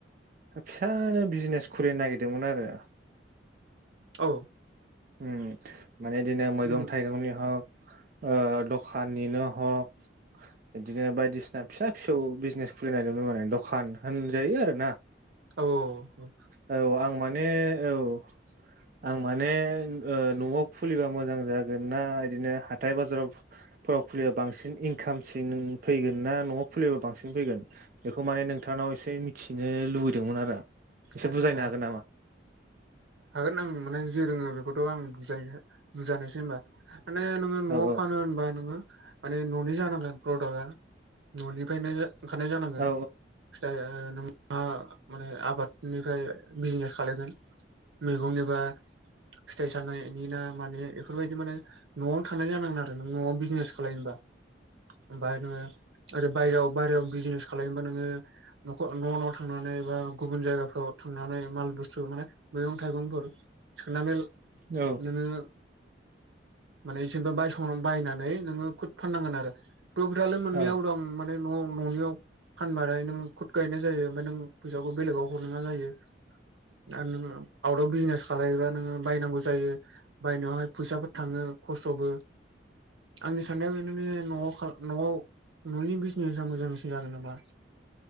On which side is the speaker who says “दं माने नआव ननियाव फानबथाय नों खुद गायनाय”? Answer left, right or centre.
Right